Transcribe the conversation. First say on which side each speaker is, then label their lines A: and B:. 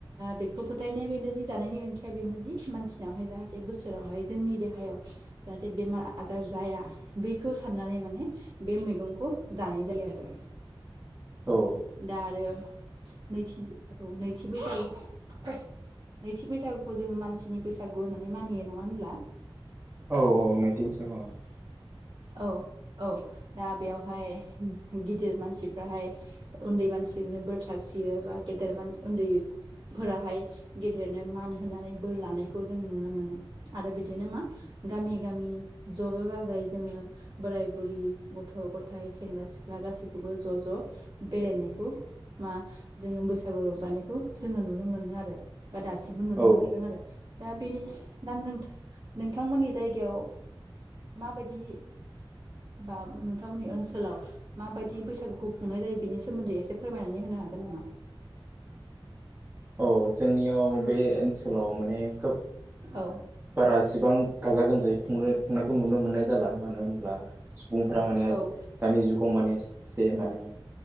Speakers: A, on the right; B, on the right.
A: बेखौ फोथायनाया बेनो जि जानायनि ओंथिया बेनोदि मानसिनावहाय जाहाथे बोसोरावहाय जोंनि देहायाव जाहाथे बेमार आजार जाया बैखौ साननानै माने बे मैगंखौ जानाय जायो आरो।
B: औ
A: दा आरो नैथि औ नैथि बैसागु नैथि बैसागुखौ जोङो मानसिनि बैसागु होननानै मानियो नङा होनब्ला
B: औ औ नैथि बोसोगु औ।
A: औ औ दा बेवहाय गिदिर मानसिफ्राहाय उन्दै मानसिजोंनो बोर सारसियो बा गेदेर उन्दैफोराहाय गेदेरनो मान होनानै बोर लानायखौ जों नुनो मोनो आरो बिदिनो मा गामि गामि ज' ज' जाजाय जोङो बोराय बुरि गथ' गथाइ सेंग्रा सिख्ला गासैखौबो ज' ज' बेरायनायखौ मा जोङो बैसागु रंजानायखौ जोङो नुनो मोनो आरो। बा दासिमबो नुनो
B: औ
A: मोनबोदों आरो। दा बेनि दा नोंथांमोननि जायगायाव माबायदि दि बा नोंथांमोननि ओनसोलाव माबायदि बैसागुखौ खुंनाय जायो बेनि सोमोन्दै एसे फोरमायनानै होनो हागोन नामा?
B: औ जोंनियाव बे ओनसोलाव माने खोब
A: औ
B: बारा इसिबां गाजा गोमजायै खुंनो खुंनायखौ नुनो मोननाय जाला मानो होनब्ला सुबुंफोरा माने
A: औ
B: दानि जुग गाव माने बे माने